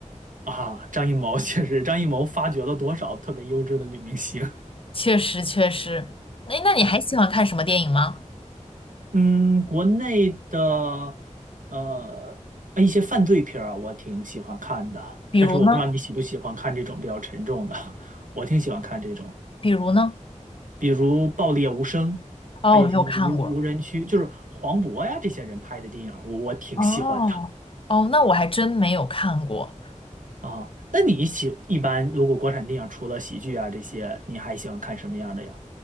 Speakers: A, on the right; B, on the left.
A: 啊，张艺谋确实，张艺谋发掘了多少特别优质的女明星。
B: <laughs> 确实确实。哎，那你还喜欢看什么电影吗？
A: 啊。嗯，国内的呃一些犯罪片儿啊，我挺喜欢看的，
B: 比如呢？
A: 但是我不知道你喜不喜欢看这种比较沉重的，<laughs> 我挺喜欢看这种，
B: 比如呢？
A: 比如《爆裂无声》，
B: 哦，
A: 还有什么无无人区，
B: 我没有看过。
A: 就是黄渤呀这些人拍的电影儿我我挺喜欢的
B: 哦，哦，那我还真没有看过。
A: 啊。那你喜一般如果国产电影除了喜剧啊这些，你还喜欢看什么样的呀？